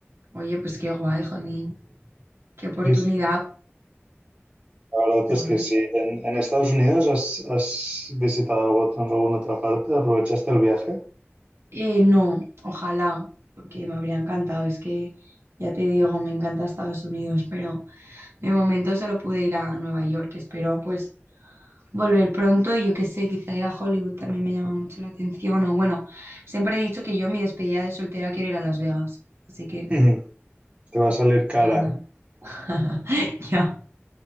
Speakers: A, on the right (about 65°); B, on the right (about 30°).
A: Oye, pues qué guay, jolín, qué oportunidad.
B: Sí, sí, la verdad
A: qué
B: es
A: guay.
B: que sí. ¿En, en Estados Unidos has, has visitado algo, alguna otra parte? ¿Aprovechaste el viaje?
A: Eh, no, ojalá, porque me habría encantado. Es que, ya te digo, me encanta Estados Unidos, pero de momento solo pude ir a Nueva York. Espero pues volver pronto. Yo qué sé, quizá ir a Hollywood también me llama mucho la atención. O bueno, siempre he dicho que yo en mi despedida de soltera quiero ir a Las Vegas. Así que,
B: <laughs> Te va a salir
A: ojalá.
B: cara.
A: <laughs> Ya,